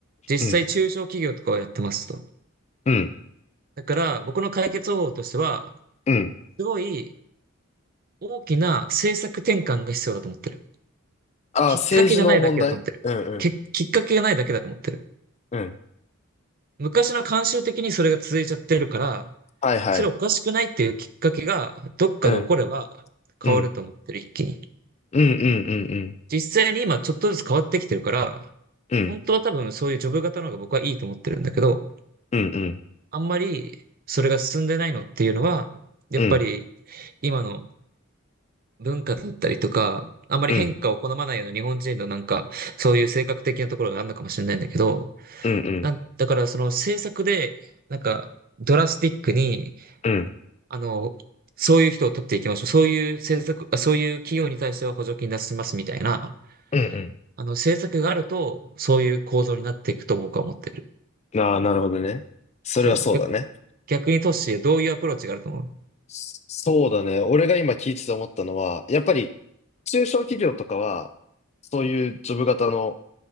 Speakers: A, on the right (about 45°); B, on the left (about 30°).
A: 実際中小企業とかはやってますと。
B: うん、うん、
A: だから僕の解決方法としては、
B: うん。
A: すごい大きな政策転換が必要だと思ってる。
B: あ、
A: きっかけがないだけだと思ってる。
B: 政治の問題うん、うん、
A: けきっかけがないだけだと思ってる。
B: うん。
A: 昔の慣習的にそれが続いちゃってるから、
B: はいはい。
A: それおかしくないっていうきっかけがどっかで起これば
B: うん。うん。
A: 変わると思ってる、一気に。
B: うんうんうんうん。
A: 実際に今ちょっとずつ変わってきてるから、
B: うん。
A: 本当は多分そういうジョブ型の方が僕はいいと思ってるんだけど、
B: うんうん
A: あんまりそれが進んでないのっていうのは、やっぱり
B: うん
A: 今の文化だったりとか、あんまり変化を好まないような日本人のなんか、
B: うん
A: そういう性格的なところがあるのかもしれないんだけど、
B: うんうん。
A: なんだからその政策で、なんか、ドラスティックに、
B: うん。
A: あの、そういう人を取っていきましょう。そういう政策、そういう企業に対しては補助金出しますみたいな、
B: うん。
A: あの、政策があると、そういう構造になっていくと思うか思ってる。
B: ああ、なるほどね。それはそうだね。
A: そう。逆に都市シどういうアプローチがあると思う
B: そそうだね。俺が今聞いてて思ったのは、やっぱり中小企業とかは、そういうジョブ型の